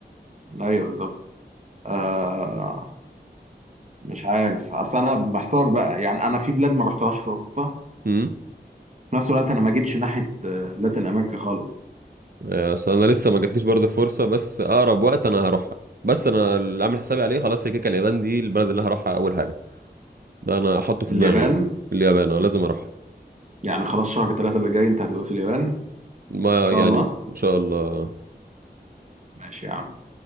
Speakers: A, on the right (about 40°); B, on the right (about 60°).
A: ايوه بالظبط آه مش عارف اصل انا محتار بقى يعني انا في بلاد ما رحتهاش في اوروبا
B: أمم
A: في نفس الوقت انا ما جيتش ناحيه آه، لاتين امريكا خالص
B: آه، أصل أنا لسه ما جاتليش برضه الفرصة بس أقرب وقت أنا هروحها بس أنا اللي عامل حسابي عليه خلاص هي كيكة اليابان دي البلد اللي هروحها أول حاجة ده أنا أحطه في
A: اليابان
B: دماغي يعني اليابان أنا لازم أروحها
A: يعني خلاص شهر ثلاثة اللي جاي انت هتبقى في اليابان ان
B: ما
A: شاء
B: يعني
A: الله
B: إن شاء الله
A: ماشي يا عم